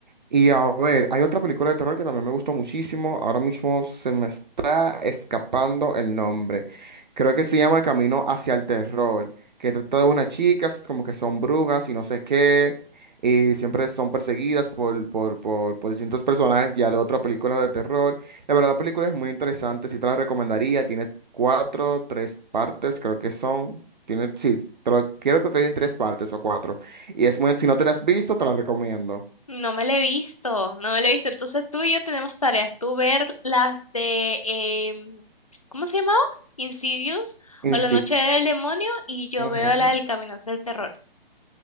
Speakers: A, on the right (about 50°); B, on the left (about 35°).
A: Y a ver, hay otra película de terror que también me gustó muchísimo. Ahora mismo se me está escapando el nombre. Creo que se llama Camino hacia el terror, que trata de unas chicas como que son brujas y no sé qué, y siempre son perseguidas por, por, por, por distintos personajes ya de otra película de terror. La verdad, la película es muy interesante, sí te la recomendaría. Tiene cuatro, tres partes, creo que son. Tiene, sí, creo creo que tiene tres partes o cuatro. Y es muy, si no te la has visto, te la recomiendo.
B: No me la he visto, no me la he visto. Entonces tú y yo tenemos tareas. Tú ver las de, em, ¿cómo se llamaba? Insidious
A: En
B: o La Noche del Demonio y yo
A: Ujú.
B: veo la del Camino hacia el Terror.